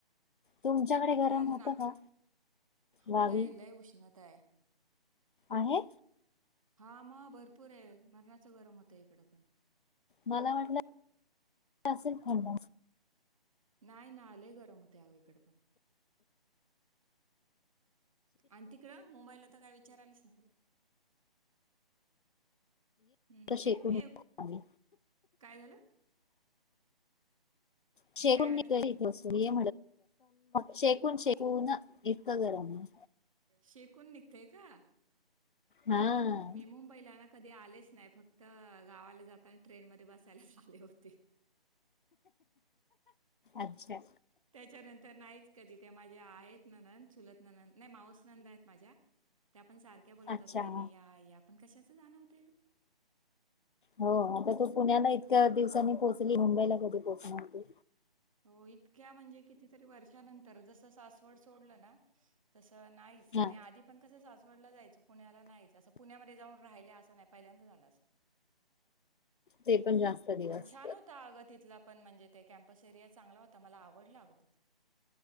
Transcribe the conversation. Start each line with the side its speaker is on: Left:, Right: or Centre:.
Left: तुमच्याकडे
Right: बाकी
Left: गरम
Right: अजून
Left: होतं
Right: आता
Left: का गावी
Right: लय लय उष्मता आहे.
Left: आहे.
Right: हा मग भरपूर आहे मरणाच गरम होतं इकडं पण
Left: मला वाटलं असेल थंड
Right: नाही ना लय गरम होतंय आगं इकड पण आणि तिकडं मुंबाईलला तर काय विचारायलाच नको हम्म हम्
Left: शेकून
Right: ये तुम्ही
Left: निघतो
Right: काय झालं
Left: शेकून
Right: काय म्हटली?
Left: निघतय शेकून शेकू न इतकं गरम आहे.
Right: शेकून निघतय का?
Left: हा
Right: मी मुंबईला ना कधी आलेच नाही फक्त तर गावाला जाताना आणि ट्रेन मध्ये बसायला आले होते.
Left: अच्छा
Right: त्याच्यानंतर नाहीच कधी? माझे आहेत ननंद चुलत ननंद नाही माऊस नंदा आहेत माझ्या त्या पण सारख्या बोलतात
Left: अच्छा
Right: वहिनी. आपण कशाच जाण होत.
Left: हो आता तू पुण्याला इतक्या दिवसांनी पोहोचली मुंबईला कधी पोहोचणार तु
Right: हो इतक्या म्हणजे कितीतरी वर्षानंतर जस सासवड सोडल ना तस नाहीच
Left: हा
Right: आणि आधी पण कस डला जायच पुण्याला नाहीच असं पुण्यामध्ये जाऊन राहिले असं नाही पहिल्यांदा झाला असं
Left: ते पण जास्त दिवस
Right: आणि छान होत अगं तिथला पण म्हणजे ते कम्पस एरिया चांगला होता मला आवडला अगं तिथं